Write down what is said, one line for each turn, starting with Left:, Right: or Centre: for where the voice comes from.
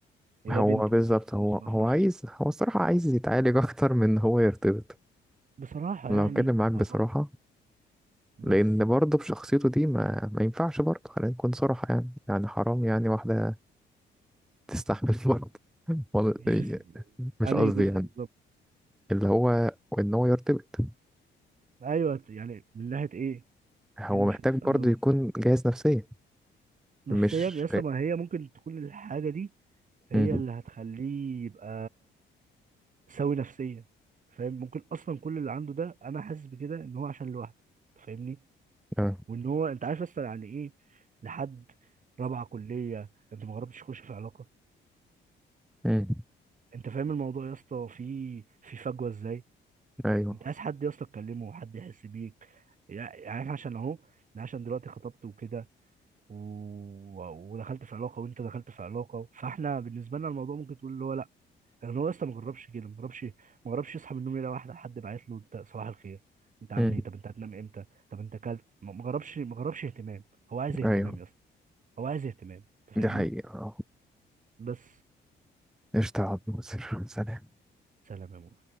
Right: هي
Centre: هو
Right: بنت
Centre: بالظبط
Right: مثلا تديله
Centre: هو
Right: ثقة
Centre: هو
Right: في نفسه
Centre: عايز هو الصراحه عايز يتعالج اكتر من إن هو يرتبط
Right: بصراحة
Centre: لو
Right: يعني
Centre: اتكلم معاك بصراحه
Right: هو بس
Centre: لان برضه بشخصيته دي ما ما ينفعش برضه خلينا نكون صراحه يعني يعني حرام يعني واحده تستحمل <laughs> برضه والله-
Right: مش اس-
Centre: مش
Right: أنهي
Centre: قصدي
Right: جزء
Centre: يعني
Right: بالظبط
Centre: اللي هو ان هو يرتبط
Right: أيوه يعني من ناحية إيه؟ إيه
Centre: هو
Right: اللي
Centre: محتاج
Right: مش هتستعمله
Centre: برضه يكون
Right: مثلا
Centre: جاهز نفسيا
Right: نفسيا
Centre: مش
Right: يا اسطى ما هي ممكن تكون الحاجة دي هي
Centre: مم.
Right: اللي هتخليه يبقى سوي نفسيا فاهم ممكن أصلا كل اللي عنده ده أنا حاسس بكده إن هو عشان لوحده فاهمني؟
Centre: آه.
Right: وإن هو أنت عارف أصلا يعني إيه لحد رابعة كلية أنت ما جربتش تخش في علاقة
Centre: مم.
Right: أنت فاهم الموضوع يا اسطى فيه في فجوة إزاي؟
Centre: ايوه
Right: انت عايز حد يا اسطى تكلمه وحد يحس بيك يعني يعني احنا عشان اهو انا عشان دلوقتي خطبت وكده و... ودخلت في علاقه وانت دخلت في علاقه فاحنا بالنسبه لنا الموضوع ممكن تقول اللي هو لا لان هو لسه ما جربش كده ما جربش ما جربش يصحى من النوم يلاقي واحده حد باعت له انت صباح الخير انت عامل
Centre: مم.
Right: ايه طب انت هتنام امتى طب انت كلت ما ما جربش ما جربش اهتمام هو عايز اهتمام
Centre: ايوه
Right: يا اسطى هو عايز اهتمام انت
Centre: دي
Right: فاهمني
Centre: حقيقة اه
Right: بس
Centre: قشطة يا عبد الناصر سلام
Right: سلام يا مو